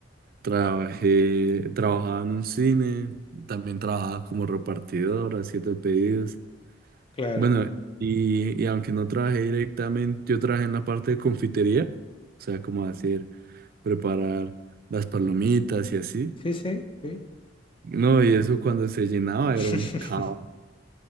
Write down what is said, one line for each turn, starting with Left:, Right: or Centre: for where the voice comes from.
Right: trabajé, trabajaba en un cine, también trabajaba como repartidor, haciendo pedidos.
Left: Claro.
Right: Bueno, y, y aunque no trabajé directamente, yo trabajé en la parte de confitería, o sea, como hacer, preparar las palomitas y así.
Left: Sí, sí, sí.
Right: No, y eso cuando se llenaba
Left: <laughs>
Right: era un caos.